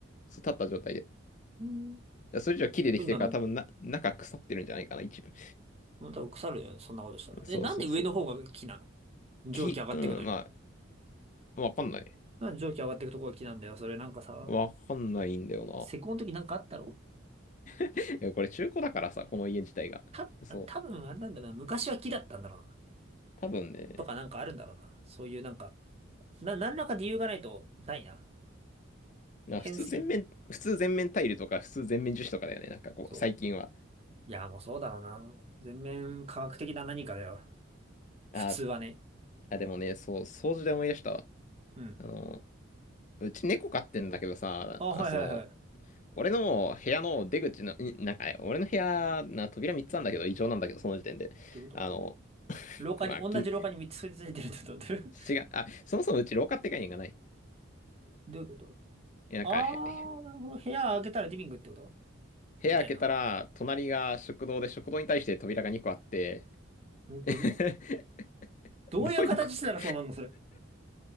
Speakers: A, on the left; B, on the right.
A: そう立った状態で、
B: うん
A: だそれ以上木でできてるから、
B: 変なの。
A: 多分な、中腐ってるんじゃないかな、一部。
B: まあ多分腐るよね、そんなことしたら。
A: <laughs> そうそうそう。
B: え、なんで上の方が木なの蒸気上がってくのに。
A: 木、うん、まあ、わかんない。
B: なんで蒸気上がっていくとこが木なんだよ。それなんかさ、
A: わかんないんだよ
B: 施工の時なんかあったろ
A: な。いや、これ中古だからさ、この家自体が。
B: た、
A: そう。
B: 多分あれなんだな。昔は木だったんだろうな。
A: 多分ね。
B: とかなんかあるんだろうな。そういうなんか、な、何らか理由がないと、ないな。
A: まあ普通全面、
B: 変すぎる。
A: 普通全面タイルとか、普通全面樹脂とかだよね。なんかこう、
B: そ
A: 最近は。
B: う。いや、もうそうだろうな。全面科学的な何かだよ。普通はね。
A: あ、あ、でもね、そう、掃除で思い出したわ。
B: うん。
A: あの、うち猫飼ってんだけどさ、
B: あ、
A: あその、
B: はいはいはい。
A: 俺の部屋の出口の、んなんか、俺の部屋、な、扉3つあんだけど、異常なんだけど、その時点で。
B: どういうこと
A: あの、
B: 廊下に、
A: まあ、
B: 同じ廊下に3つくっついてるってことどういう
A: 気に、違う、あ、そもそもうち廊下って概念がない。
B: どういうこと
A: いやなんか、
B: あ
A: へへ
B: ー、なるほど。部屋開けたらリビングってこと
A: 部屋開けたら、
B: みたいな。
A: 隣が食堂で、食堂に対して扉が2個あって、
B: うん、どういうこと
A: <laughs>
B: どういう形したらそうなんのそれ。
A: どういうこと